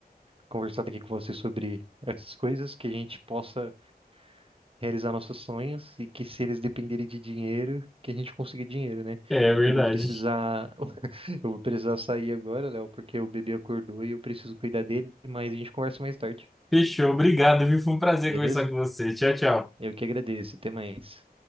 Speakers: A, on the right (about 35°); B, in the centre.
A: conversado aqui com você sobre essas coisas que a gente possa realizar nossos sonhos e que se eles dependerem de dinheiro, que a gente consiga dinheiro, né?
B: É verdade.
A: Eu vou precisar, <laughs> eu vou precisar sair agora, Léo, porque o bebê acordou e eu preciso cuidar dele, mas a gente conversa mais tarde,
B: Fechou, obrigado, viu? Foi um prazer
A: beleza?
B: conversar com você. Tchau, tchau.
A: Eu que agradeço, até mais.